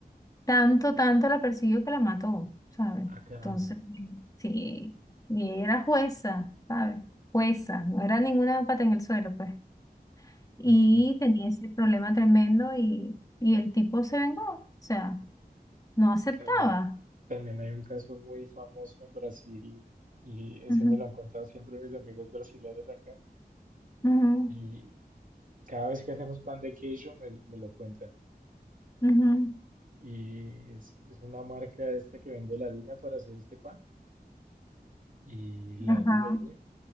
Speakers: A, on the left; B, on the right.
A: tanto, tanto la persiguió que la mató, ¿sabes?
B: Ah, caramba.
A: Entonces, sí, y era jueza, ¿sabes? Jueza, no era ninguna pata en el suelo, pues. Y
B: Ok.
A: tenía ese problema tremendo y, y el tipo se vengó, o sea, no aceptaba.
B: También, también hay un caso muy famoso en Brasil y ese
A: Ujú,
B: me lo han contado siempre mis amigos brasileños acá.
A: ujú,
B: Y cada vez que hacemos pan de queijo me, me lo cuentan.
A: ujú,
B: Y es, es una marca esta que vende la harina para hacer este pan. Y la
A: Ajá.
B: dueña